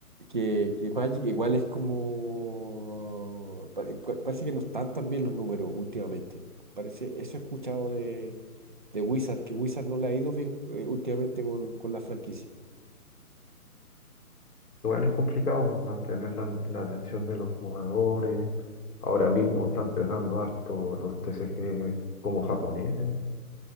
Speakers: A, on the right (about 30°); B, on the left (about 80°).
A: que, que Magic igual es como... pa- pa- Parece que no están tan bien los números últimamente. Parece, eso he escuchado de, de Wizard, que Wizard no le ha ido bien eh, últimamente con, con la franquicia.
B: Igual es complicado mantener la, la atención de los jugadores. Ahora mismo están pegando harto los TCG como japoneses.